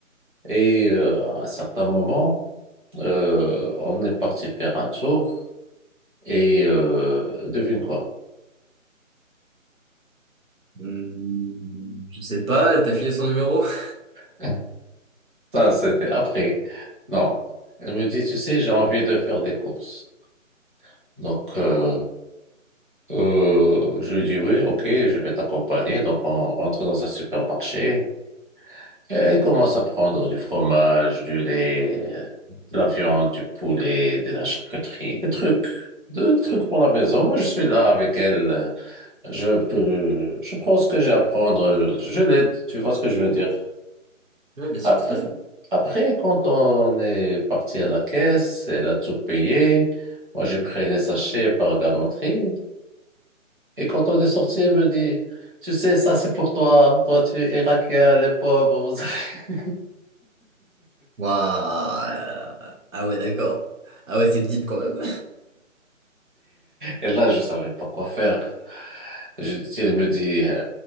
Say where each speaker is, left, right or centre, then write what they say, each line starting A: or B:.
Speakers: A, on the right; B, on the right.
A: Et euh, à un certain moment, euh, on est parti faire un tour et euh, devine quoi?
B: Hmm, je sais pas, elle t'a filé son numéro? <laughs>
A: <laughs> Ça, c'était après. Non. Elle me dit, tu sais, j'ai envie de faire des courses. Donc, euh, euh, je lui dis, oui, ok, je vais t'accompagner. Donc, on rentre dans un supermarché. Elle commence à prendre du fromage, du lait, euh, de la viande, du poulet, de la charcuterie, des trucs, des trucs pour la maison. Moi, je suis là avec elle. Je peux, je prends ce que j'ai à prendre. Je l'aide. Tu vois ce que je veux dire?
B: Ouais, bien sûr,
A: Après,
B: tout à fait.
A: après, quand on est parti à la caisse, elle a tout payé. Moi, j'ai pris les sachets par galanterie. Et quand on est sorti, elle me dit, tu sais, ça, c'est pour toi. Toi, tu es irakien, les pauvres. vous avez
B: Waouh. Ah ouais, d'accord. Ah ouais, c'est deep quand même.
A: Et là, je savais pas quoi faire. Je, si elle me dit, euh,